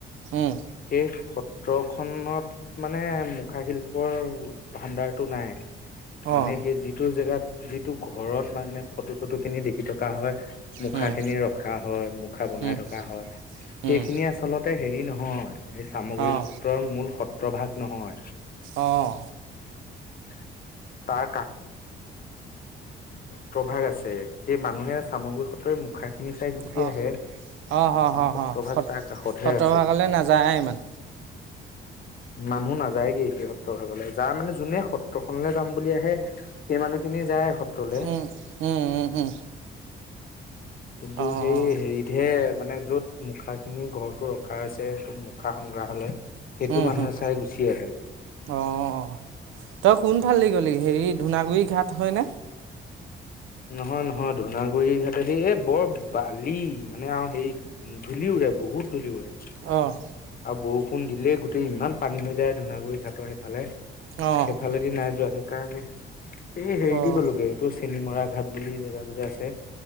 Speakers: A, on the right (about 80°); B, on the left (about 45°).
A: অঁ
B: সেই সত ত্ৰ খনত মানে মুখা শিল্পৰ ভাণ্ডাৰটো নাই মানে
A: অঁ
B: সেই যিটো জেগাত যিটো ঘৰত মানে ফটো চটো খিনি দেখি থকা হয় মুখাখিনি
A: উম
B: ৰখা হয় মুখা বনাই
A: উম
B: থকা হয়
A: উম
B: সেইখিনি আচলতে হেৰি নহয় এই চামগুৰি
A: অঁ
B: সত্ৰৰ মূল সত্ৰ ত্ৰ ভাগ নহয়
A: অঁ
B: <inaudible> তাৰ প্ৰভাগ আছে সেই মানুহে চামগুৰি সত্ৰই মুখা খিনি চাই গুচি
A: অ',
B: আহে কিন্তু
A: অ', হ, হ,
B: সত্ৰভাগ
A: হ, সত
B: তাৰ কাষতহে
A: সত্ৰভাগলৈ
B: আছে
A: নাযায় ইমান
B: মানুহ নাযায়গে সেই সত্ৰৰ ভাগলে যাৰ মানে যোনে সত্ৰখনলে যাম বুলি আহে সেই মানুহখিনি যায় সত্ৰলে
A: উম, উম, উম, উম,
B: কিন্তু
A: অ',
B: সেই হেৰিতহে মানে য'ত মুখাখিনি ঘৰটো ৰখা হৈছে সেইটো মুখা সংগ্ৰাহালয়
A: উম,
B: টো মানুহে
A: হম,
B: চাই গুচি আহে
A: অ', তই কোন ফালি গলি হেৰি ধুনাগুৰি ঘাট হয়নে
B: নহয় নহয় ধুনাগুৰি ঘাটেদি এই বৰ বালি মানে আও হেৰি ধূলি উৰে বহুত ধূলি ওৰে
A: অহ
B: আৰু বৰষুণ দিলেই গোটেই ইমান পানী হৈ যায় ধুনাগুৰি ঘাটৰ সেইফালে
A: অ',
B: সেইফালেদি নাযোৱা সেই কাৰণে এ হেৰি
A: অ',
B: দি গ'লোগে তোৰ খেলি মৰা ঘাট বুলি জেগাটো যে আছে